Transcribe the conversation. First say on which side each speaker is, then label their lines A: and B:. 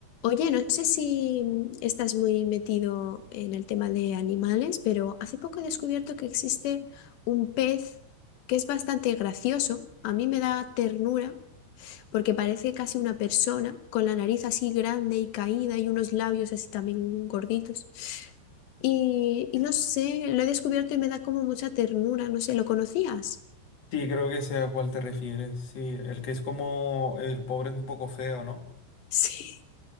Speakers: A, on the left; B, on the left.
A: Oye, no sé si mm, estás muy metido en el tema de animales, pero hace poco he descubierto que existe un pez que es bastante gracioso. A mí me da ternura porque parece casi una persona con la nariz así grande y caída y unos labios así también gorditos. Y, y no sé, lo he descubierto y me da como mucha ternura. No sé, ¿lo conocías? <laughs>
B: Sí, creo que sé a cuál te refieres. Sí, el que es como el pobre es un poco feo, ¿no?
A: Sí,